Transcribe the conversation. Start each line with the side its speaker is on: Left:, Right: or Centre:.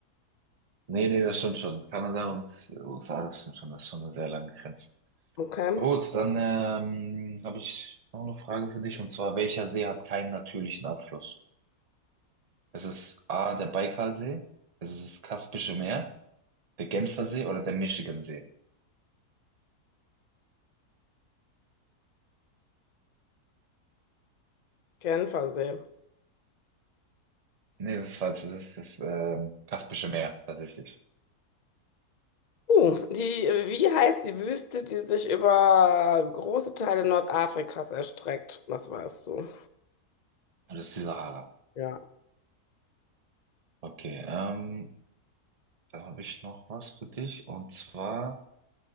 Right: nee, nee, das stimmt schon. Kanada und USA, das stimmt schon, das ist schon eine sehr lange Grenze.
Left: Okay.
Right: Gut, dann ähm, habe ich noch eine Frage für dich, und zwar, welcher See hat keinen natürlichen Abfluss? Ist es A, der Baikalsee? Ist es das Kaspische Meer, der Genfersee oder der Michigansee?
Left: Genfersee.
Right: Nee, das ist falsch, es ist das ähm, Kaspische Meer, tatsächlich.
Left: Uh, die, äh, wie heißt die Wüste, die sich über große Teile Nordafrikas erstreckt? Das weißt du.
Right: Und das ist die Sahara.
Left: Ja.
Right: Okay, ähm, da habe ich noch was für dich, und zwar,